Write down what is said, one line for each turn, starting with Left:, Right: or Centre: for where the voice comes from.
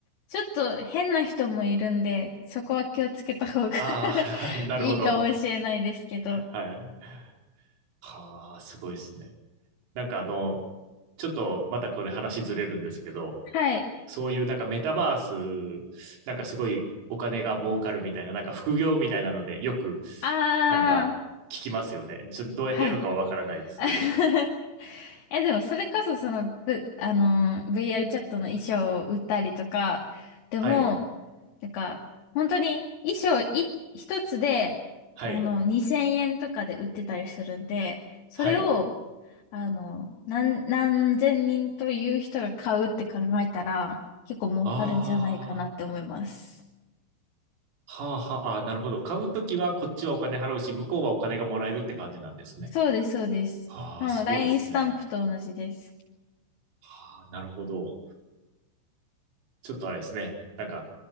Left: ちょっと変な人もいるんで、そこは気をつけた方が
Right: ああ、
Left: <laughs>
Right: <laughs> なるほど。
Left: いいかもしれないですけど。
Right: はい。はあ、すごいですね。なんかあの、ちょっとまたこれ話ずれるんですけど、
Left: はい。
Right: そういうなんかメタバース、なんかすごいお金が儲かるみたいな、なんか副業みたいなので、よく
Left: あー、
Right: なんか聞きますよね。ちょっとどうやってやるかはわからないですけど。
Left: はい。<laughs> え、でもそれこそその、V、あのー、VR チャットの衣装を売ったりとか、でも、
Right: はい。
Left: なんか、本当に衣装い一つで、
Right: はい。
Left: あの、2000円とかで売ってたりするんで、それを、
Right: はい。
Left: あの、何、何千人という人が買うって考えたら、結構儲かるんじゃないかなって思います。
Right: ああ、はあはあ、あーなるほど。買うときはこっちはお金払うし、向こうはお金がもらえるって感じなんですね。
Left: そうです、そうです。
Right: ああ、
Left: もう
Right: すごいですね。
Left: LINE スタンプと同じです。
Right: はあ、なるほど。ちょっとあれですね。なんか、